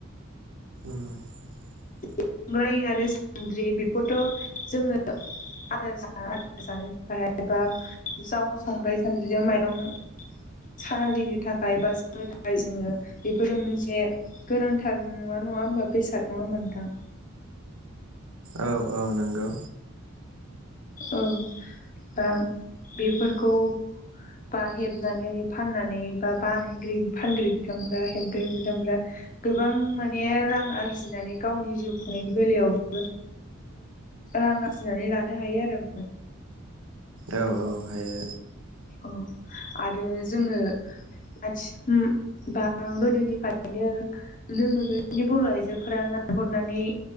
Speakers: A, on the right; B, on the left.
A: <inaudible>
B: संराय आरो सानद्रि बेखौथ' जोङो आदार ज आदार जानो थाखाय बा जाव संख्रै सान्द्रिजों माइरं। <unintelligible> सानालिनो थाखाय बा जानो थाखाय जोङो बेफोरो मोनसे गोनांथार नुवा नङा होमबा बेसाद नङा होमबा नोंथां?
A: औ औ। नोंगौ।
B: औ बा बेफोरखौ बा हेबनानै फाननानै बा फानग्रा बिथांफोरा रेबग्रा बिथांफोरा गोबां माने रां आरजिनानै गावनि जिउ खुंनायनि बेलायावबो रां आरजिनानै लानो हायो आरो।
A: औ औ हायो।
B: औ आरो जोङो आथि ओ बा गोदोनिफ्रायनो नुनो मोनोदि बर' आइजोफोरा ना गुरनानै